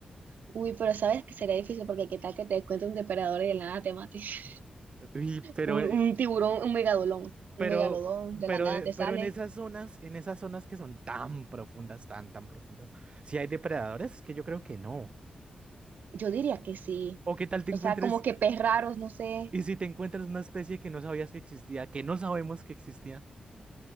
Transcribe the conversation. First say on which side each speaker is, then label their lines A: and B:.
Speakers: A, on the right (about 80°); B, on the right (about 40°).
A: Uy, pero sabes que sería difícil porque qué tal que te encuentres un depredador y de la nada te mate. <laughs>
B: Uy, pero,
A: Un,
B: eh,
A: un tiburón, un megalodón, un
B: pero,
A: megalodón, de
B: pero,
A: la nada
B: de-
A: te
B: pero
A: sale.
B: en esas zonas, en esas zonas que son tan profundas, tan, tan profundas, si hay depredadores, que yo creo que no.
A: Yo diría que sí.
B: ¿O qué tal te
A: O
B: encuentres,
A: sea, como que pez raros, no sé.
B: y si te encuentras una especie que no sabías que existía, que no sabemos que existía,